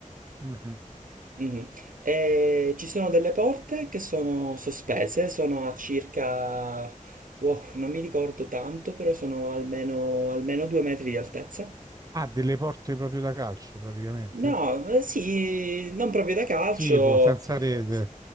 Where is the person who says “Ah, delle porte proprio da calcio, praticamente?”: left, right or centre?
Right